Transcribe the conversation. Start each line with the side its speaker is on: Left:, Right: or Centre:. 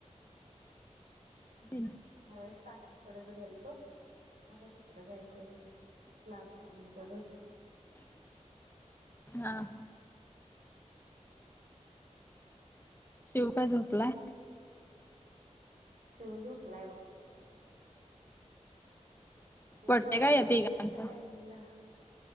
Left: दिन
Right: त्यावेेळेस काकी कडेच गेलतो. मग तिकडं जायचय. लागलं मी <unintelligible>
Left: हा हा. शिव काय झोपलाय?
Right: शिव झोपलाय बघ. त्या
Left: बड्डे
Right: ज
Left: काय या तिघांचा
Right: उठायचं टायमिंगला.